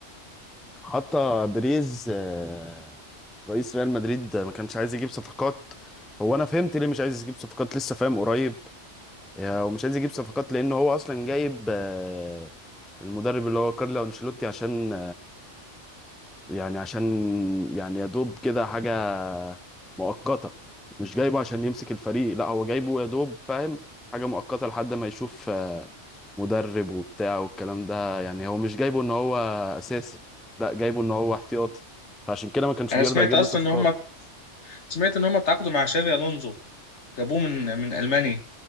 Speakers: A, in the centre; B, on the left (about 65°).
A: حتى بريز آه، رئيس ريال مدريد ما كانش عايز يجيب صفقات هو أنا فهمت ليه مش عايز يجيب صفقات لسه فاهم قريب آه، ومش عايز يجيب صفقات لأنه هو أصلا جايب آه، المدرب اللي هو كارلو أنشيلوتي عشان يعني عشان يعني يا دوب كده حاجة مؤقتة مش جايبه عشان يمسك الفريق لا هو جايبه يا دوب فاهم حاجة مؤقتة لحد ما يشوف آه، مدرب وبتاع والكلام ده يعني هو مش جايبه ان هو اساسي لا جايبه ان هو احتياطي فعشان كده ما كانش
B: أنا
A: بيرضى
B: سمعت
A: يجيب
B: أصلا
A: له صفقات
B: إن هم سمعت إن هم تعاقدوا مع شابي ألونزو جابوه من من ألمانيا